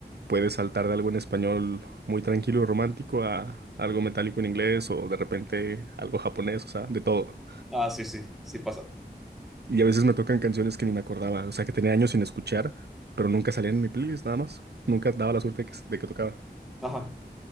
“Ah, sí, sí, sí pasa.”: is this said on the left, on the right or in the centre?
Centre